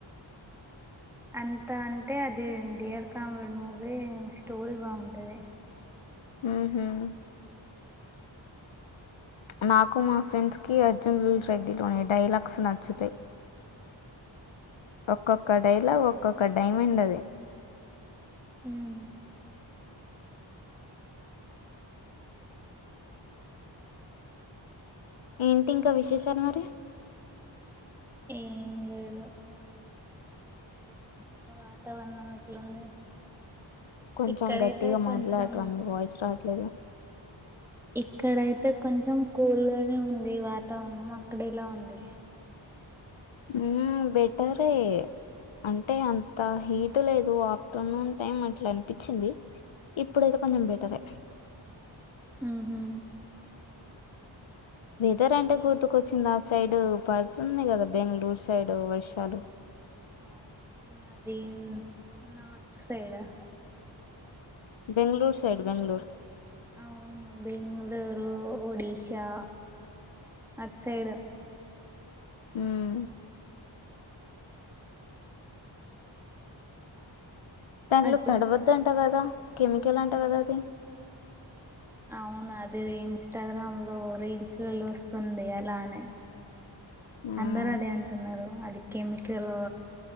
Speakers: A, in the centre; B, on the left.
A: అంత అంటే అది డియర్ కామ్రెడ్ మూవీ స్టోరీ బాగుంటది
B: మ్మ్ ఉహ్మ్ నాకు మా ఫ్రెండ్స్ కి అర్జున్ రెడ్డిలోని డైలాగ్స్ నచ్చుతాయ్ ఒక్కొక్క డైలాగ్ ఒక్కొక్క డైమండ్ అది
A: మ్మ్
B: ఏంటి ఇంకా విశేషాలు మరి
A: ఏం లేదు ఏముంటది వాతావరణం ఎట్లుంది
B: కొంచెం
A: ఇక్కడైతే
B: గట్టిగ మాట్లాడదం
A: కొంచెం
B: వాయిస్ రాట్లేదు
A: ఇక్కడయితే కొంచెం కూల్గానే ఉంది వాతావరణం అక్కడేలా ఉంది.
B: హ్మ్ బెటరే అంటే అంత హీట్ లేదు ఆఫ్టర్నూన్ టైమ్ అట్ల అనిపించింది. ఇప్పుడైతే కొంచెం బెటరే
A: మ్మ్ హు
B: వెదర్ అంటే గుర్తుకొచ్చిందాస్ సైడు పడుతున్నయి గదా బెంగళూరు సైడ్ వర్షాలు
A: అవునా నాదేం నార్త్ సైడ్ ఆ
B: బెంగళూరు సైడ్ బెంగళూర్
A: అవును బెంగళూరు, ఒడిశా అట్ సైడ్
B: హ్మ్ దాంట్లో
A: అటు
B: తడవద్దు అంట కదా కెమికల్ అంట కదా అది
A: అవును అది ఇన్స్టాగ్రామ్ లో రీల్స్ ల్లలో వస్తుంది అలానే
B: హ్మ్.
A: అందరు అదే అంటున్నరు అది కెమికలు